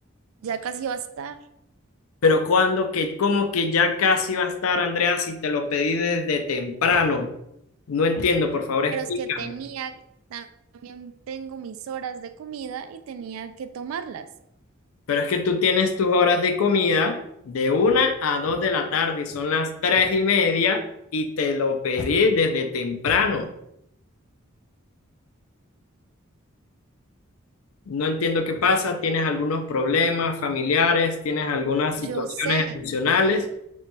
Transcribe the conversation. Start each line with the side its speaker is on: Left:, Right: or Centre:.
Right: Ya casi va a estar,
Left: Pero cuando que, cómo que ya casi va a estar, Andrea, si te lo pedí desde temprano. No entiendo, por favor,
Right: pero
Left: explícame.
Right: es que tenía, también tengo mis horas de comida y tenía que tomarlas.
Left: Pero es que tú tienes tus horas de comida de una a dos de la tarde y son las tres y media y te lo pedí desde temprano. No entiendo qué pasa, tienes algunos problemas familiares, tienes algunas situaciones
Right: Yo sé,
Left: emocionales,